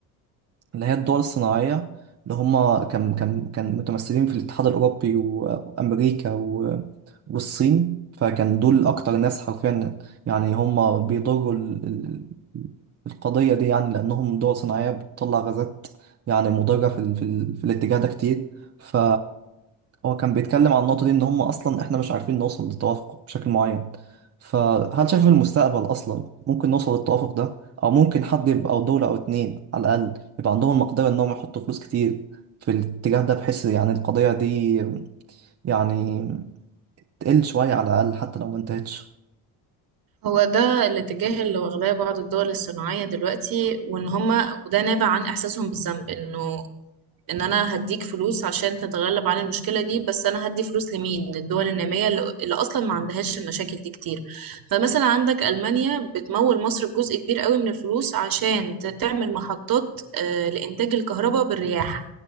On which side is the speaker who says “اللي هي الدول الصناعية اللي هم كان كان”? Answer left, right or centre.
Right